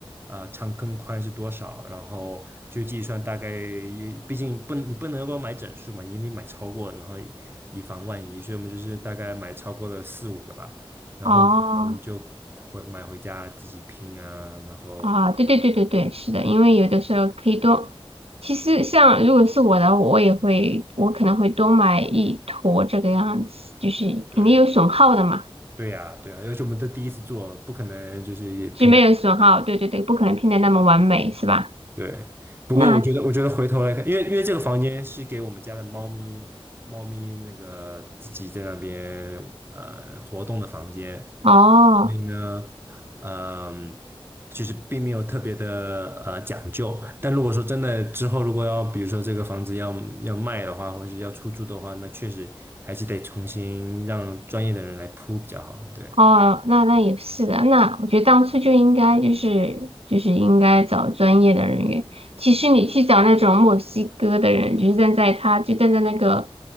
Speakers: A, on the right (about 20°); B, on the right (about 85°).
A: 呃长跟宽是多少，然后就计算大概也，毕竟不你不能够买整数嘛，你得买超过，然后以以防万一，所以我们就是大概买超过了四五个吧，然后们就回买回家自己拼啊，
B: 哦，
A: 然后
B: 啊，对对对对对，是的，
A: 对
B: 因为有的时候可以多，其实像如果是我的，我也会，我可能会多买一坨这个样子，就是肯定有损耗的嘛，
A: 对对呀对呀，而且我们都第一次做，不可能就是拼的。
B: 就没有损耗，对对对，不可能拼的那么完美，是吧？
A: 对，不过我觉得，
B: 那
A: 我觉得回头来看，因为因为这个房间是给我们家的猫咪，猫咪那个自己在那边呃活动的房间，
B: 哦。
A: 所以呢，嗯、就是并没有特别的呃讲究。但如果说真的之后如果要，比如说这个房子要要卖的话，或是要出租的话，那确实还是得重新让专业的人来铺比较好。对，
B: 哦，那那也是的，那我觉得当初就应该就是就是应该找专业的人员。其实你去找那种墨西哥的人，就是站在他就站在那个